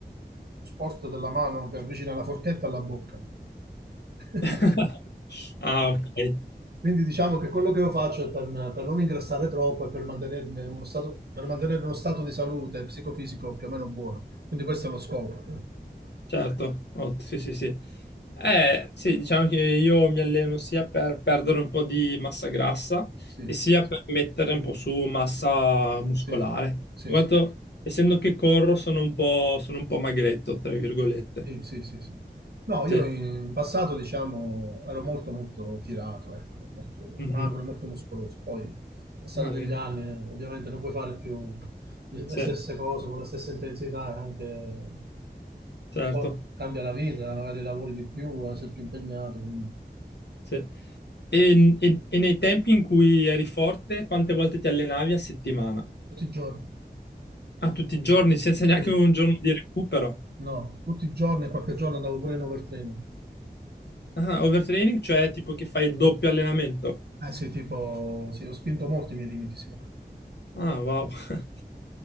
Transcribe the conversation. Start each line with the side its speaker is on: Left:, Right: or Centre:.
Right: lo sport della mano che avvicina la forchetta alla bocca. <laughs>
Left: <laughs> Ah, ok.
Right: Quindi diciamo che quello che io faccio è per, per non ingrassare troppo e per mantenermi uno stato, per mantenere uno stato di salute psicofisico più o meno buono. Quindi questo è lo scopo.
Left: Certo, ott- sì, sì, sì. Eh, sì, diciamo che io mi alleno sia per perdere un po' di massa grassa
Right: Sì,
Left: e sia per mettere un po' su massa muscolare.
Right: sì, sì,
Left: In quanto,
Right: sì,
Left: essendo che corro, sono un po', sono un po' magretto, tra virgolette.
Right: sì, sì, sì, sì. No, io
Left: Sì.
Right: in passato, diciamo, ero molto, molto tirato, ecco, molto
Left: Mhm.
Right: magro e molto muscoloso. Poi, passare
Left: Ah,
Right: degli
Left: ok.
Right: anni, eh, ovviamente non puoi fare più le
Left: Sì,
Right: stesse cose con la stessa intensità e anche
Left: certo.
Right: poi cambia la vita, magari lavori di più, eh, sei più impegnato, quindi
Left: Sì. E, e- e nei tempi in cui eri forte, quante volte ti allenavi a settimana?
Right: Tutti i giorni,
Left: A tutti i giorni, senza neanche
Right: tu-
Left: un giorno di recupero?
Right: no, tutti i giorni e qualche giorno andavo pure in overtraining.
Left: Ah, overtraining, cioè tipo che fai doppio allenamento.
Right: Eh sì, tipo, sì, ho spinto molti i miei limiti, sì.
Left: Ah, wow. <laughs>